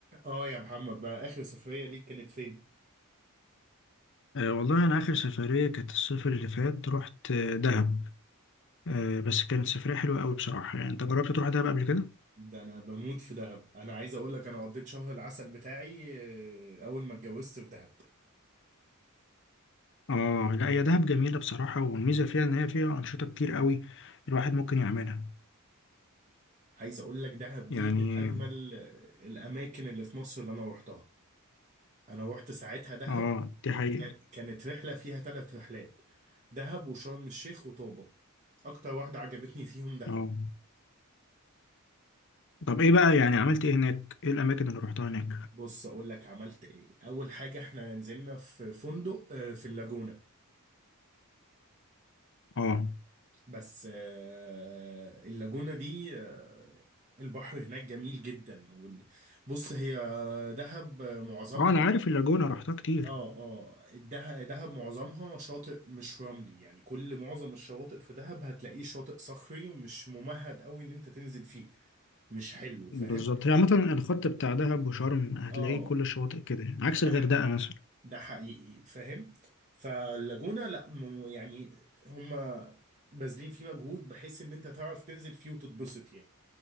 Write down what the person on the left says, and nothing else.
أه والله أنا آخر سفرية كانت الصيف اللي فات رحت آه، دهب أه بس كانت سفرية حلوة أوي بصراحة يعني أنت جربت تروح دهب قبل كده؟
آه لا هي دهب جميلة بصراحة والميزة فيها إن هي فيها أنشطة كتير أوي الواحد ممكن يعملها
يعني
آه دي حقيقة
آه طب إيه بقى يعني عملت إيه هناك؟ إيه الأماكن اللي روحتها هناك؟
آه
آه أنا عارف اللاجونة روحتها كتير
بالظبط هي عامة الخط بتاع دهب وشرم هتلاقيه
كل الشواطئ كده يعني، عكس
الغردقة
مثلا